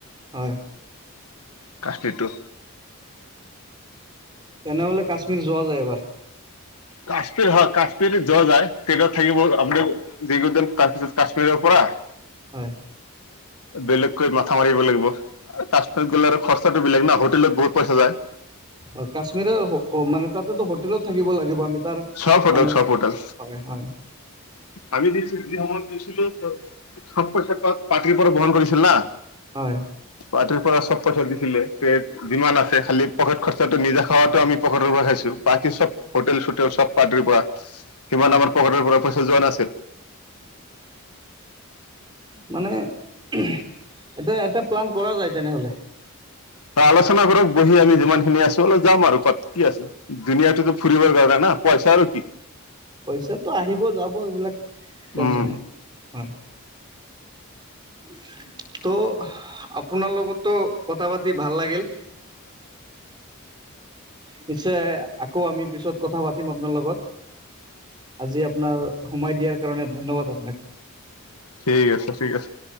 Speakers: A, on the right; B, on the left.
A: হয়।
B: কাশ্মীটো।
A: তেনেহলে কাশ্মীৰ যোৱা যায় এবাৰ।
B: কাশ্মীৰ হয় কাশ্মীৰ যোৱা যায় ট্ৰেইন ত থাকিব <unintelligible> আপ যদ তাৰপিছত কাশ্মীৰৰ পৰা
A: হয়।
B: বেলেগকৈ মাথা মাৰিব লাগিব তাচ পাছ গ'লে আৰু খৰচ খৰচতো বেলেগ ন হোটেলত বহুত পইচা যায়
A: অ কাশ্মীৰৰ মানে তাতেতো হোটেলত থাকিব লাগিব আমি। তাৰ মানে
B: চব হোটেল চব
A: হয়
B: হোটেল
A: হয়।
B: আমি দিছো গছিলো চ পইচা পাটিৰ পৰা বহন কৰিছিল না।
A: হয়
B: পাৰ্টিৰ পৰা চব দিছিলে যিমান আছে খালি পকেট খৰচাটো নিজা খোৱাটো আমি পকেটৰ পৰা খাইছো। বাকী চব হোটেল চোটেল চব পাৰ্টিৰ পৰা সিমান আমাৰ পকেটৰ পৰা পইচা যোৱা নাছিল।
A: মানে এতিয়া এটা প্লান কৰা যায় তেনেহলে?
B: হয় আলোচনা কৰক বহি আমি যিমান খিনি আছো অলপ যাম আৰু ক'ত কি আছো দুনীয়াটোতো ফুৰিবৰ কাৰণে না। পইচা আৰু কি
A: পইচা তো আহিব যাব এইবিলাক টেনচন
B: উম
A: নাই। হয়। <inaudible> তো আপোনাৰ লগতো কথা পাতি ভাল লাগিল। নিশ্চয় আকৌ আমি পিছত কথা পাতিম আপোনাৰ লগত। আজি আপোনাৰ সময় দিয়াৰ কাৰণ ধন্যবাদ আপোনাক।
B: ঠিক আছে ঠিক আছে।